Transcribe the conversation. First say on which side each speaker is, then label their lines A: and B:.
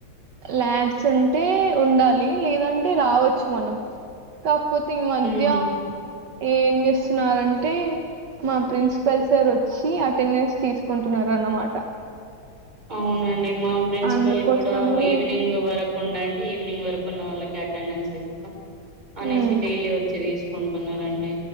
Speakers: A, on the right (about 70°); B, on the right (about 25°).
A: ల్యాబ్స్ ఉంటే ఉండాలి లేదంటే రావచ్చు మనం కాకపోతింగ్ మధ్య
B: లో
A: ఏం చేస్తున్నారురంటే మా ప్రిన్సిపల్ సార్ వచ్చి టెన్నిస్ తీసుకుంటున్నారుర అన్నమాట
B: అవునండి మా ప్రిన్సిపల్
A: అందుకోసమే
B: కూడా ఈవినింగ్ వరకు ఉండండి ఈవినింగ్ వరకు ఉన్న వాళ్ళకి అటెండెన్స్ ఇస్తాం అనేసి
A: ఉమ్
B: డలీ వచ్చ ర కొంటున్నారండి